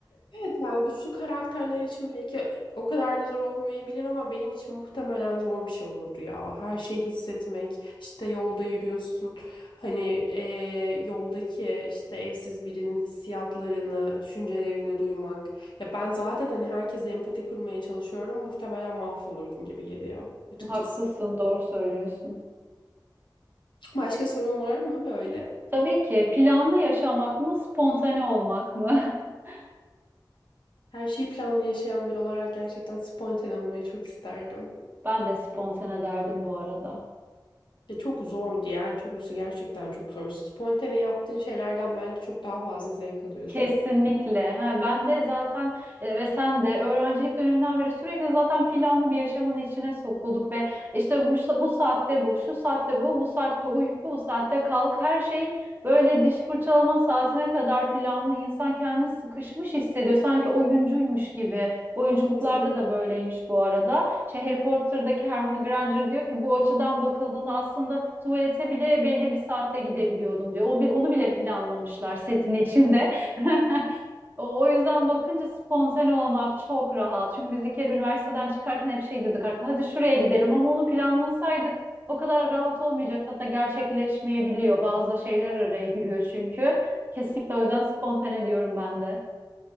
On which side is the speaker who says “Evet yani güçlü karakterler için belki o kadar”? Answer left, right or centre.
Left